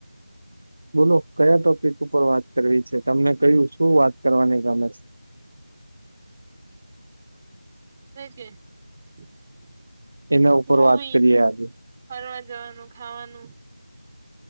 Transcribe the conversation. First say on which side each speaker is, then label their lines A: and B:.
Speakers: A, on the right; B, on the right.
A: બોલો કયા ટોપિક ઉપર વાત કરવી છે, તમને કયું શું વાત કરવાની ગમે છે?
B: <inaudible>
A: તેના ઉપર
B: મૂવી
A: વાત કરીએ આજે.
B: ફરવા જવાનું, ખાવાનું